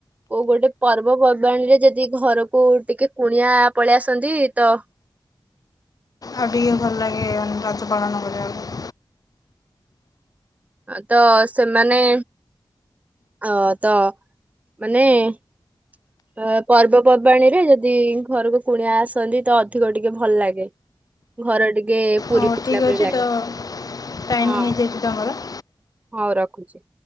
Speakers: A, on the right; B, on the left.
A: କୋଉ ଗୋଟେ ପର୍ବ ପର୍ବାଣୀରେ ଯଦି ଘରକୁ ଟିକେ କୁଣିଆ ପଳେଇ ଆସନ୍ତି ତ
B: ଆଉ ଟିକେ ଭଲ ଲାଗେ ରଜ ପାଳନ କରିବାକୁ।
A: ତ ସେମାନେ ଅ ତ ମାନେ ଅ ପର୍ବପର୍ବାଣି ରେ ଯଦି ଘରକୁ କୁଣିଆ ଆସନ୍ତି ତ ଅଧିକ ଟିକେ ଭଲ ଲାଗେ। ଘର ଟିକେ ପୁରି
B: ହଉ
A: ଉଠିଲା
B: ଠିକ୍
A: ପରି
B: ଅଛି
A: ଲାଗେ
B: ତ ଟାଇମ୍
A: ହଁ
B: ହେଇଯାଇଛି ତମର?
A: ହଉ ରଖୁଛି।